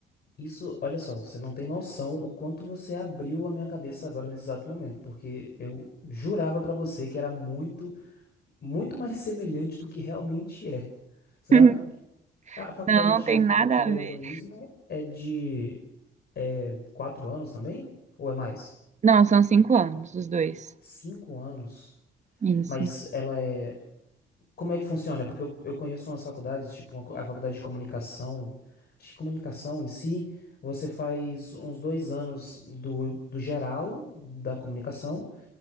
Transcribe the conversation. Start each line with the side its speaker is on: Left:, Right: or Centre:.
Left: Isso, olha só, você não tem noção o quanto você abriu a minha cabeça agora nesse exato momento, porque eu jurava pra você que era muito, muito mais semelhante do que realmente é, sabe?
Right: <laughs>
Left: A faculdade
Right: Não,
Left: de
Right: tem
Left: arquitetura
Right: nada a ver.
Left: e urbanismo é de é, quatro anos também? Ou é mais?
Right: Não, são cinco anos, os dois.
Left: Cinco anos.
Right: Isso.
Left: Mas ela é Como é que funciona? Porque eu, eu conheço umas faculdades, tipo uma co- a faculdade de comunicação. Acho que comunicação em si, você faz uns dois anos do, do geral da comunicação,